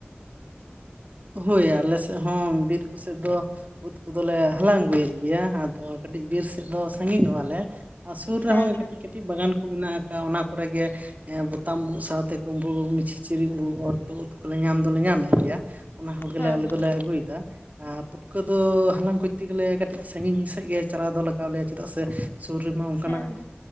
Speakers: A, on the right; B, on the left.
A: ᱦᱳᱭ ᱟᱞᱮ ᱥᱮᱫ ᱦᱚᱸ ᱵᱤᱨ ᱠᱚᱥᱮᱫ ᱫᱚ ᱩᱫ ᱠᱚᱫᱚ ᱞᱮ ᱦᱟᱞᱟᱝ ᱟᱹᱜᱩᱭᱮᱫ ᱜᱮᱭᱟ ᱟᱫᱚ ᱠᱟᱹᱴᱤᱡ ᱵᱤᱨ ᱥᱮᱫ ᱫᱚ ᱥᱟᱺᱜᱤᱧᱚᱜᱼᱟᱞᱮ ᱟᱨ ᱥᱩᱨ ᱨᱮᱦᱚᱸ
B: ᱦᱮᱸ ᱦᱮᱸ
A: ᱠᱟᱹᱴᱤᱡ ᱠᱟᱹᱴᱤᱡ ᱵᱟᱜᱟᱱ ᱠᱚ ᱢᱮᱱᱟᱜ ᱟᱠᱟᱜᱼᱟ ᱚᱱᱟ ᱠᱚᱨᱮ ᱜᱮ ᱮᱸ ᱵᱚᱛᱟᱢ ᱩᱫ ᱥᱟᱶᱛᱮ ᱠᱩᱳᱸᱵᱩᱜ ᱩᱫ ᱥᱤᱪᱨᱤᱡ ᱩᱫ ᱚᱨᱛᱩᱫ ᱩᱫ ᱠᱚᱞᱮ ᱧᱟᱢ ᱫᱚᱞᱮ ᱧᱟᱢᱮᱫ ᱜᱮᱭᱟ ᱚᱱᱟ ᱦᱚᱸᱜᱞᱮ
B: ᱦᱮᱸ
A: ᱟᱞᱮ
B: ᱦᱮᱸ
A: ᱫᱚᱞᱮ ᱟᱹᱜᱩᱭᱮᱫᱟ ᱟᱨ ᱯᱩᱴᱠᱟᱹ ᱫᱚ ᱦᱟᱞᱟᱝ ᱠᱩᱡ ᱛᱮ ᱜᱮᱞᱮ ᱠᱟᱹᱴᱤᱡ ᱥᱟᱺᱜᱤᱧ ᱥᱮᱫ ᱜᱮ ᱪᱟᱞᱟᱣ ᱫᱚ ᱞᱟᱜᱟᱣ ᱞᱮᱭᱟ ᱪᱮᱫᱟᱜ ᱥᱮ ᱥᱩᱨ ᱨᱮᱢᱟ ᱚᱱᱠᱟᱱᱟᱜ
B: ᱦᱮᱸ ᱦᱮᱸ